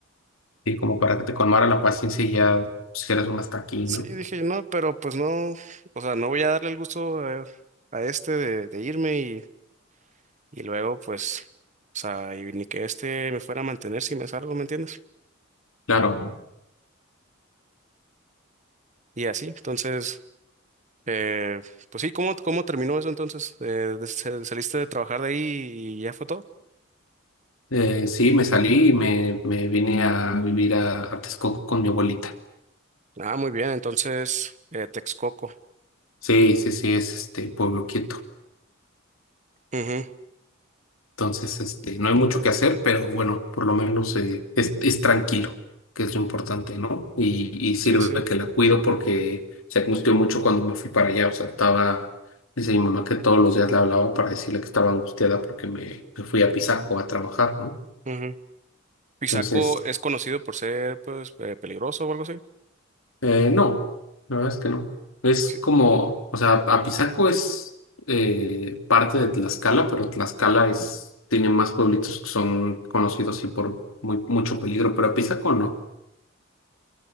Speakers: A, on the left; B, on the right.
A: y como para que te colmara la paciencia y ya pusieras un hasta aquí,
B: Sí,
A: ¿no?
B: dije, no, pero pues no, o sea, no voy a darle el gusto eh, a, este de, de irme y, y luego pues, o sea, y ni que este me fuera a mantener si me salgo, ¿me entiendes?
A: Claro,
B: Y así, entonces, eh, pues sí, ¿cómo, cómo terminó eso entonces? Eh, des- sal- ¿saliste de trabajar de ahí y ya fue todo?
A: eh, sí, me salí y me, me vine a vivir a, a Texcoco con mi abuelita.
B: Ah, muy bien, entonces, eh, Texcoco.
A: Sí, sí, sí, es este pueblo quieto.
B: Ujú,
A: Entonces, este, no hay mucho que hacer, pero bueno, por lo menos eh, es, es tranquilo, que es lo importante, ¿no? Y, y sirve
B: Sí, sí.
A: que la cuido porque se angustió mucho cuando me fui para allá. O sea, estaba, dice mi mamá que todos los días le hablaba para decirle que estaba angustiada porque me, me fui a Pisaco a trabajar, ¿no?
B: Ujú. Pisaco
A: Entonces,
B: es conocido por ser, pues, eh, peligroso o algo así.
A: Eh, no, la verdad es que no. Es
B: Sí.
A: como, o sea, Apizaco es eh, parte de Tlaxcala, pero Tlaxcala es, tiene más pueblitos que son conocidos sí por muy, mucho peligro, pero Apizaco no.